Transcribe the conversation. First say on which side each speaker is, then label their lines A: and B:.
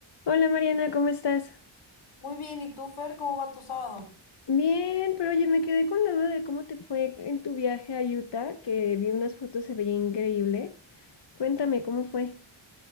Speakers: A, on the left; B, on the left.
A: Hola Mariana, ¿cómo estás?
B: Muy bien, ¿y tú, Fer, cómo va tu sábado?
A: Bien, pero oye, me quedé con la duda de cómo te fue en tu viaje a Utah, que vi unas fotos, se veía increíble. Cuéntame, ¿cómo fue?